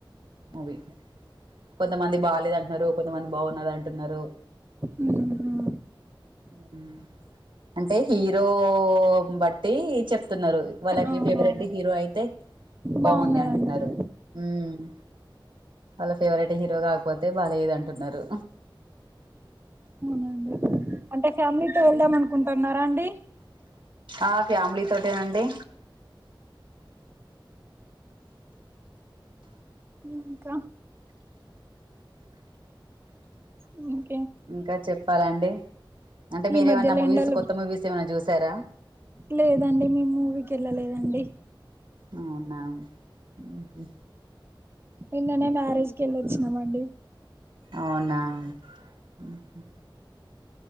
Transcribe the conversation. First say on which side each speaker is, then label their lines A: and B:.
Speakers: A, on the right; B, on the right.
A: మూవీ కొంతమంది బాలేదంట్నారు కొంతమంది బాగున్నది అంటున్నారు
B: ఉహు
A: హ్మ్ అంటే హీరో బట్టి చెప్తున్నారు వాళ్ళకి
B: అవునవును
A: ఫేవరెట్ హీరో అయితే బాగుంది
B: బాగున్నదంటరు
A: అంటున్నారు హ్మ్ వాళ్ళ ఫేవరెట్ హీరో గాకపోతే బాలేదంటున్నారు
B: అవునండి అంటే ఫ్యామిలీతో వెళ్దాం అనుకుంటున్నారా అండి
A: ఆ ఫ్యామిలీ తోటేనండి
B: ఇంకా ఉ
A: ఇంకా చెప్పాలండి అంటే
B: ఈ
A: మీరేమన్నా
B: మధ్యలో
A: మూవీస్
B: ఎండలు
A: కొత్త మూవీస్ ఏమన్నా జూసారా
B: లేదండి మీం మూవీ కెళ్ళలేదండి
A: అవునా ఊహు
B: నిన్ననే మ్యారేజ్ కెళ్ళొచ్చినమండి
A: అవునా ఊహు